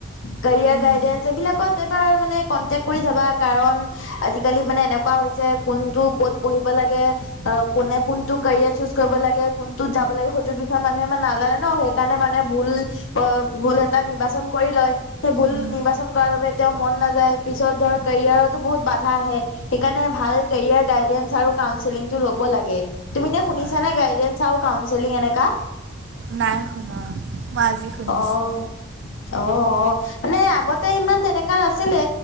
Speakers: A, on the left; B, on the right.
A: Career
B: um
A: guidance এইবিলাকবাৰ মানে কনতেক কৰি যাবা কাৰণ। আজিকালি মানে এনেকুৱা হৈছে কোনটো কত পঢ়িব লাগে অ কোনে কোনটো কেৰিয়াৰ চুজ কৰিব লাগে কোনটো যাব লাগে সেইটো বিষয়ে মানুহে নাজানে ন সেইকাৰণে মানে ভুল ভুল এটা নিৰ্বাচন কৰি লয়। সেই ভুল
B: উম
A: নিৰ্বাচন। বাবে তেওঁ মন নাযায় পিছত ধৰ কেৰিয়াৰো বহুত বাধা আহে সেইকাৰণে ভাল কেৰিয়াৰ গাইডেন্ঞ্চ আৰু কাউঞ্চেলিংটো ল'ব লাগে। তুমি নে শুনিছানে
B: হয়
A: গাইডেন্স আৰু কাউচেলিং এনেকা?
B: নাই শুনা মই আজি শুনিছোঁ।
A: অ' অ অ মানে আগতে ইমান তেনেকা নাছিলে